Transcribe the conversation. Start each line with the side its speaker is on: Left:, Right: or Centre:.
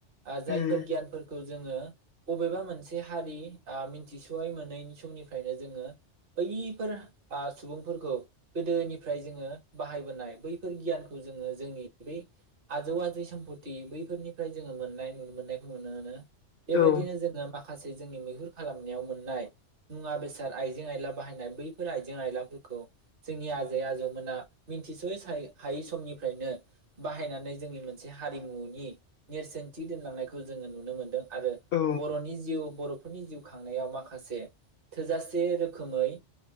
Right: आ जायफोर
Left: उम
Right: गियानफोरखौ जोङो बबेबा मोनसे हारि आ मिनथिस'यै मोनै समनिफ्रायनो जोङो बैफोर आ सुबुंफोरखौ गोदोनिफ्राय जोङो बाहायबोनाय बैफोर गियानखौ जोङो जोंनि बै आजौ आजै सोम्पथि बैफोरनिफ्राय जोङो मोननाय नुनो मोननायखौ नुनो नो बेबायदिनो
Left: औ
Right: जोङो माख खासे जोंनि मैहुर खालामनायाव मोननाय मुवा बेसाद आइजें आयला बाहायनाय बैफोर आइजें आयलाफोरखौ जोंनि आजै आजौमोना मिथिसयै साय हायै समनिफ्रायनो बाहायनानै जोंनि मोनसे हारिमुनि नेरसोनथि दोनलांनायखौ जोङो नुनो मोन्दों आरो
Left: औ
Right: बर'नि जिउ बर' नि जिउ खांनायाव माखासे थोजासे रोखोखै